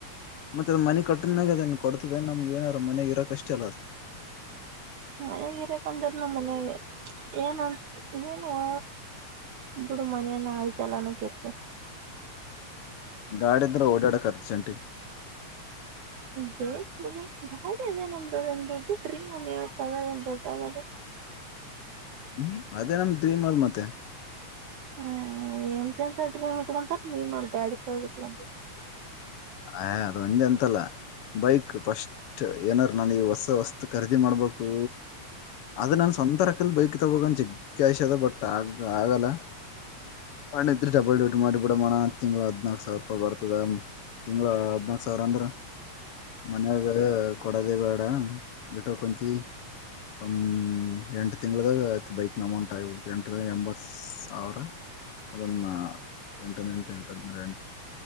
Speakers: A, on the left; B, on the right.
A: ಮತ್ತೆ ಅದ ಮನೆ ಕಟ್ಟದ ಮಾಗ ಅದೇನ್ ಕೊಡ್ತದ ನಮ್ಗೆ ಏನಾರ ಮನ್ಗ್ ಇರಕ್ ಅಷ್ಟ ಅಲ್ಲ ಅದು
B: ಮನೆಗ ಇರಕ್ಂದ್ರ ನ ಮನೆ ಏನ ಏನುಳ ಬಿಡು ಮನೇನ ಆಯ್ತಲ್ಲನ ಕಿರ್ತ
A: ಗಾಡಿ ಇದ್ರೆ ಓಡಾಡಕ್ಕೆ ಅರ್ಜೆಂಟಿಗೆ
B: ಬೇದೇ ನ್ದ ಗಾಡಿ ಅದ ನಮ್ದು ಒಂದ್ ದೊಡ್ಡು ಡ್ರೀಮ್ ಮನೆ ಹತದ ನಾನ್ ದುಡ್ಡ ಅವಾಗ
A: ಹ್ಮ್ ಅದೇ ನಮ ಡ್ರೀಮ್ ಅಲ್ಲ ಮತ್ತೆ
B: ಹ್ಮ್ ಎಂತ ಎಂತ ಡ್ರೀಮ್ ಇಟ್ಕೊತಾರ ನೀ ನೋಡ್ ಗಾಡಿ ತೊಗೊಳೊದು ಇಟ್ಕೊಂಡಿ
A: ಆ ಅದು ಒಂದೇ ಅಂತಲ್ಲ ಬೈಕ್ ಫಸ್ಟ್ ಏನಾರ ನಾನ ಈ ಹೊಸ ಹೊಸ್ ಖರೀದಿ ಮಾಡ್ಬೇಕು ಅದ ನನ್ ಸ್ವಂತ ರಕಲ್ ಬೈಕ್ ತಗೋಂದ ಜಿಗ್ಷ ಅದ ಬಟ್ ಆಗ ಆಗಲ್ಲ ಅಣ್ಣಿದ್ರಿ ಡಬಲ್ ಡ್ಯೂಟಿ ಮಾಡಿ ಬಿಡಮ್ಮಣ ತಿಂಗ್ಳ ಹದ್ನಾಕ್ ಸಾವಿರ ರೂಪಾಯಿ ಬರ್ತದ ತಿಂಗ್ಳ ಹದ್ನಾಕ್ ಸಾವರ ಅಂದ್ರ ಮನಗ ಕೊಡದೇ ಬೇಡ ಗಟಂತ ಒ ಎಂಟು ತಿಂಗಳದಾಗ ಆಯ ಬೈಕ್ ನ ಅಮೌಂಟ್ ಆಗಬುದು ಎಂಟ ತಿಂಗಳ ದಾಗ ಎಂಬ ಸಾವಿರ ಅದನ್ನ ಎಂಟಂಟು ಎಂ